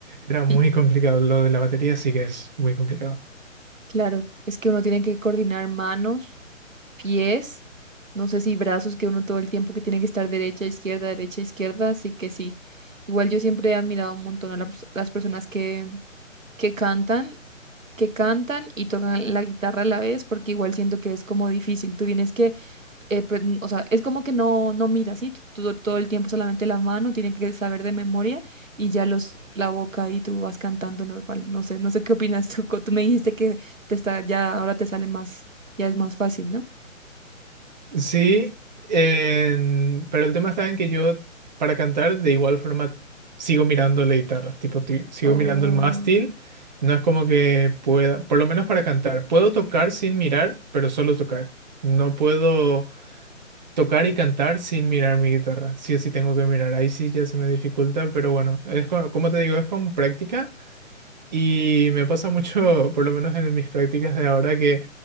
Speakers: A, on the right; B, on the right.
A: Era muy
B: <laughs>
A: complicado lo de la batería, sí que es muy complicado.
B: claro. Es que uno tiene que coordinar manos, pies, no sé si brazos, que uno todo el tiempo que tiene que estar derecha, izquierda, derecha, izquierda, así que sí. Igual yo siempre he admirado un montón a las, las personas que, que cantan, que cantan y tocan la guitarra a la vez, porque igual siento que es como difícil. Tú tienes que eh, pues, n- o sea, es como que no, no mira, ¿sí? Tú- Todo, todo el tiempo solamente la mano, tiene que saber de memoria y ya los, la boca y tú vas cantando normal. No sé, no sé qué opinas tú. co- Tú me dijiste que te está, ya ahora te sale más, ya es más fácil, ¿no?
A: Sí, en- pero el tema está en que yo para cantar de igual forma sigo mirando la guitarra, tipo ti- sigo
B: Oh,
A: mirando el mástil, no es como que pueda, por lo menos para cantar, puedo tocar sin mirar, pero solo tocar. No puedo tocar y cantar sin mirar mi guitarra, sí o sí tengo que mirar, ahí sí ya se me dificulta, pero bueno, es con- como te digo, es con práctica. Y me pasa mucho, por lo menos en mis prácticas de ahora, que